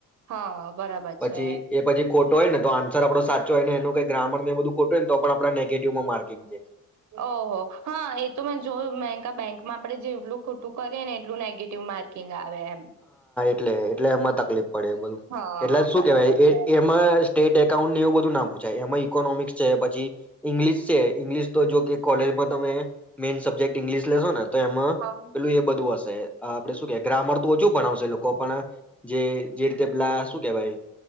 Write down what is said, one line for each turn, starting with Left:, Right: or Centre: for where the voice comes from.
Right: હા બરાબર
Centre: પછી
Right: છે.
Centre: એ પછી ખોટો હોય ને તો આન્સર આપડો સા જો એને એનું કાઈ ગ્રામરને એ બધું ખોટું હોયને તો પણ આપણા નેગેટિવમાં માર્કિંગ જાય.
Right: ઓહો હા એ તો મેં જોયું મેંકા બેંકમાં આપડે જેટલું ખોટું કરેને એટલું નેગેટિવ માર્ક કિંગ આવેે એમ.
Centre: એટલે-એટલે એમાં તકલીફ પડે <unintelligible>
Right: હા
Centre: એટલે શું
Right: બરાબર
Centre: કેવાય એ
Right: છે.
Centre: એમાં મારસ ટેટ એકાઉન્ટને એવું બધું ના પૂછાય, એમાં ઈકોનોમિક્સ છે, પછી ઈંગ્લિશ છે, ઇંગ્લિશ તો જો કે કોલેજમાં તમે મેઈન સબ્જેક્ટ ઈંગ્લિશ લેશો ને તો એમાં
Right: હા
Centre: પેલું એ બધું હશે. આપણે શું કેઈ ગ્રામર ઓછું ભણાવશે એ લોકો પણ, જે-જે રીતે પેલા શું કેવાય